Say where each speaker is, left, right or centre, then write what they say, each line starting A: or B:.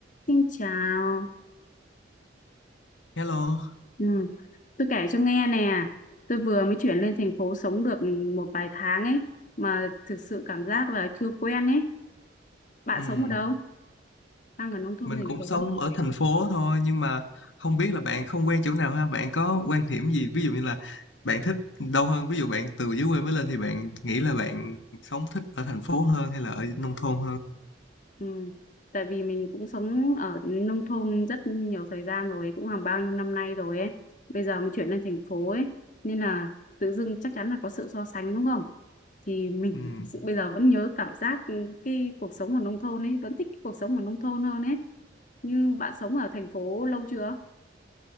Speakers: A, on the left (about 45°); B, on the left (about 85°).
A: Xin chào.
B: Hello,
A: Ừ. Tôi kể cho nghe nè. Tôi vừa mới chuyển lên thành phố sống được một vài tháng ấy mà thực sự cảm giác là chưa quen ấy. Bạn
B: Ừm,
A: sống ở đâu? Đang ở nông thôn
B: mình
A: thành
B: cũng
A: phố.
B: sống ở thành phố thôi nhưng mà không biết là bạn không quen chỗ nào ha, bạn có quan điểm gì ví dụ như là bạn thích đâu hơn, ví dụ bạn từ dưới quê mới lên thì bạn nghĩ là bạn sống thích ở thành phố hơn hay là ở nông thôn
A: Ừ. Tại vì mình cũng sống ở nông thôn rất nhiều thời gian rồi, cũng hàng bao nhiêu năm nay rồi ấy. Bây giờ mới chuyển lên thành phố ấy nên là tự dưng chắc chắn là có sự so sánh đúng không? Thì mình
B: hơn?
A: thực sự bây giờ vẫn nhớ cảm giác cái cuộc sống ở nông thôn ấy, vẫn thích cái cuộc sống ở nông thôn hơn ấy Như bạn sống ở thành phố lâu chưa?